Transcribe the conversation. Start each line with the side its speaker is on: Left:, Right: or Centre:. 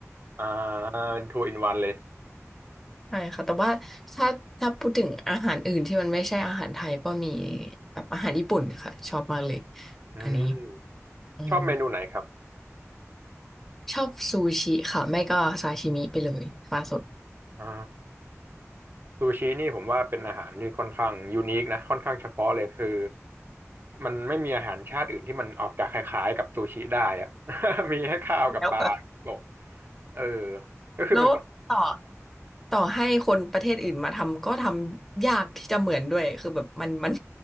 Right: อ่าทูอินวันเลย
Centre: ใช่ค่ะแต่ว่าถ้าถ้าพูดถึงอาหารอื่นที่มันไม่ใช่อาหารไทยก็มีแบบอาหารญี่ปุ่นค่ะชอบมากเลย
Right: อืม
Centre: อันนี้อืม
Right: ชอบเมนูไหนครับ
Centre: ชอบซูชิค่ะไม่ก็ซาชิมิไปเลยปลาสด
Right: อ่า ซูชินี่ผมว่าเป็นอาหารที่ค่อนข้างยูนิคนะค่อนข้างเฉพาะเลยคือมันไม่มีอาหารชาติอื่นที่มันออกจากคล้ายๆกับซูชิได้อะ <laughs> มีให้ข้าวกับปลาโปะ
Centre: แล้วก็
Right: เออก็คือเป็นคน
Centre: แล้วต่อ ต่อให้คนประเทศอื่นมาทำก็ทำยากที่จะเหมือนด้วยคือแบบมันมัน